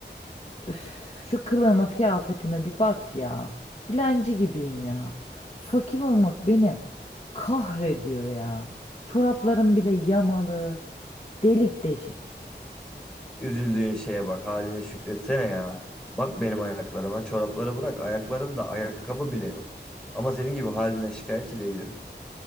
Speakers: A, on the left (about 35°); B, in the centre.
A: Üf, şu kılığıma kıyafetime bir bak ya. Dilenci gibiyim ya. Fakir olmak beni kahrediyor ya. Çoraplarım bile yamalı, delik deşik.
B: Üzüldüğün şeye bak haline şükretsene ya. Bak benim ayaklarıma çorapları bırak ayaklarımda ayakkabı bile yok. Ama senin gibi haline şikayetçi değilim.